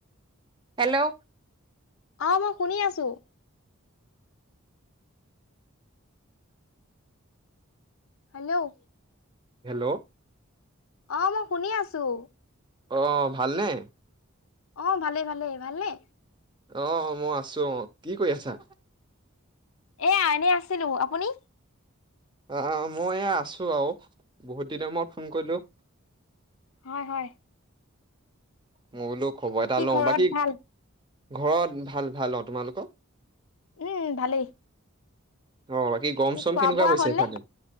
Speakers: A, on the right; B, on the left.
A: হেল্ল'
B: অ', মই শুনি আছোঁ। হেল্ল'
A: হেল্ল'
B: অ', মই শুনি আছোঁ।
A: অ', ভালনে?
B: অ', ভালে, ভালে, ভালনে?
A: অ', মই আছোঁ, অ', কি কৰি আছা?
B: এয়া, এনে আছিলোঁ, আপুনি?
A: আ, মই এয়া আছোঁ আৰু বহুত দিনৰ মোৰত ফোন কৰিলোঁ।
B: হয়, হয়।
A: মই বোলো খবৰ এটা লওঁ,
B: ঘৰত
A: বাকী
B: ভাল?
A: ঘৰত ভাল, ভাল, অ', তোমালোকৰ?
B: উম, ভালেই।
A: অ', বাকী গৰম চৰম
B: খোৱা
A: কেনেকুৱা
B: বোৱা
A: পৰিছে
B: হ'লনে?
A: ইফালে?